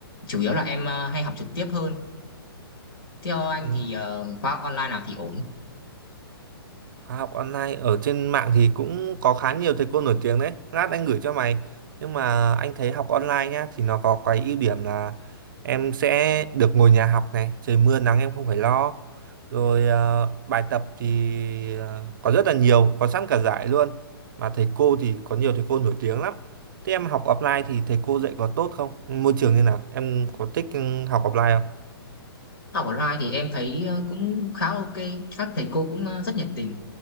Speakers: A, on the left; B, on the right.
A: Chủ yếu là em ờ, hay học trực tiếp hơn. Theo anh
B: Ừ.
A: thì ờ, khóa online nào thì ổn?
B: Khóa học online ở trên mạng thì cũng có khá nhiều thầy cô nổi tiếng đấy. Lát anh gửi cho mày. Nhưng mà anh thấy học online nhá thì nó có cái ưu điểm là em sẽ được ngồi nhà học này, trời mưa nắng em không phải lo. Rồi ờ, bài tập thì ờ, có rất là nhiều, có sẵn cả giải luôn. Mà thầy cô thì có nhiều thầy cô nổi tiếng lắm. Thế em học offline thì thầy cô dạy có tốt không? Môi trường như nào? Em có thích ừ, học offline không?
A: Học online thì em thấy ờ, cũng khá ok, các thầy cô cũng ờ, rất nhiệt tình.